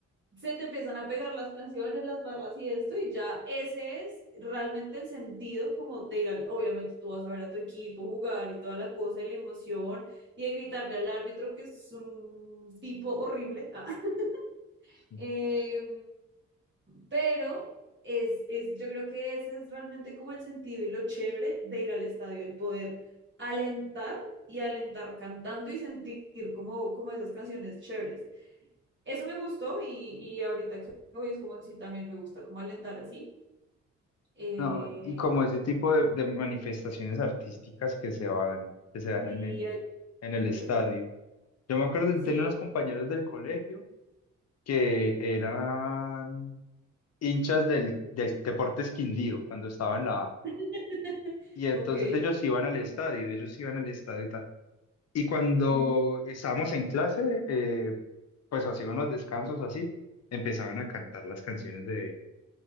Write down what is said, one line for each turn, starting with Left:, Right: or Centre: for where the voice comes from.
Right: se te empiezan a pegar las canciones, las barras y esto, y ya ese es realmente el sentido como de ir al, obviamente tú vas a ver a tu equipo jugar y toda la cosa y la emoción y de gritarle al árbitro que es un tipo horrible, ah, <laughs>
Left: Sí.
Right: eh, pero es, es, yo creo que ese es realmente como el sentido y lo chévere de ir al estadio, el poder alentar y alentar cantando y sentir como, como esas canciones chéveres eso me gustó y, y ahorita que voy es como si también me gusta como alentar así. Eh,
Left: No, y como ese tipo de, de manifestaciones artísticas que se van, que se dan
Right: y
Left: en el,
Right: ay,
Left: en
Right: chévere.
Left: el estadio. Yo me acuerdo de
Right: Sí,
Left: tener unos compañeros del colegio que eran hinchas del, del Deportes Quindío cuando estaba en la A.
Right: <laughs>
Left: Y entonces
Right: ok.
Left: ellos iban al estadio, ellos iban al estadio y tal. Y cuando
Right: Mm,
Left: estábamos en clase, eh, pues así iban los descansos, así, empezaban a cantar las canciones de,